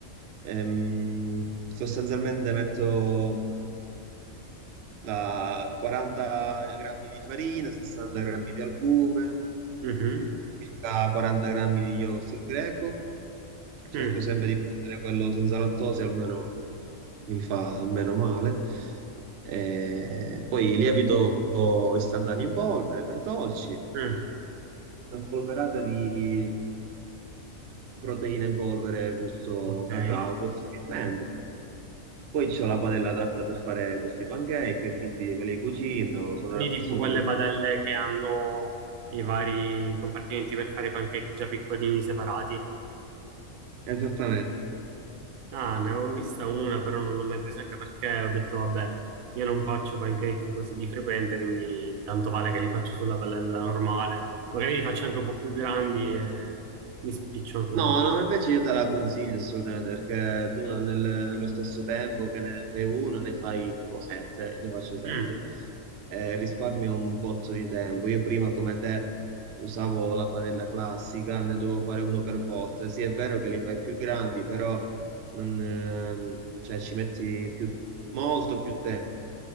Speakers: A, on the right; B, on the right.
A: Ehm, sostanzialmente metto la 40 grammi di farina, 60 grammi di albume,
B: mhm,
A: circa 40 grammi di yogurt greco. Cerco
B: mm,
A: sempre di prendere quello senza lattosio, almeno mi fa meno male. E poi lievito istantaneo in polvere per dolci,
B: mm.
A: una spolverata di proteine in polvere gusto
B: Ok.
A: cacao possibilmente. Poi c'ho la padella adatta per fare questi pancake, quindi me li cucino, sono,
B: Quindi
A: sono
B: tipo quelle
A: diventato
B: padelle che hanno i vari compartimenti per fare i pancake già piccolini separati.
A: Esattamente.
B: Ah, ne avevo vista una, però non l'ho mai presa anche perché ho detto, vabbè, io non faccio pancake così di frequente, quindi tanto vale che li faccio sulla padella normale. Magari li faccio anche un po' più grandi e mi spiccio anche
A: No,
B: un po' prima.
A: no, invece io te la consiglio assolutamente perché tu nel- nello stesso tempo che ne fai uno, ne fai tipo sette, io ne faccio sette,
B: Mm.
A: eh, risparmio un botto di tempo. Io prima come te usavo la padella classica, ne dovevo fare uno per volta. Sì, è vero che li fai più grandi, però non, ehm, cioè, ci metti più- molto più tempo,